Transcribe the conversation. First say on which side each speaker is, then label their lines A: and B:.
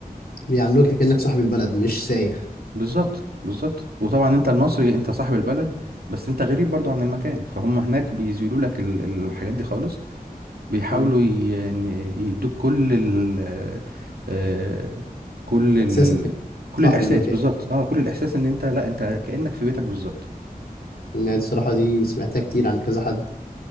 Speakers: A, on the left; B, on the right.
A: بيعاملوك كأنك صاحب البلد مش سايح
B: بالظبط بالظبط وطبعا انت المصري انت صاحب البلد بس انت غريب برضو عن المكان فهم هناك بيزيلوا لك ال- الحاجات دي خالص بيحاولوا
A: مم.
B: ي- يعني يدوك كل ال آه، كل ال
A: احساس انك
B: كل
A: صاحب
B: الاحساس
A: المكان
B: بالظبط اه كل الاحساس ان انت لا انت كأنك في بيتك بالظبط
A: يعني الصراحه دي سمعتها كتير عن كذا حد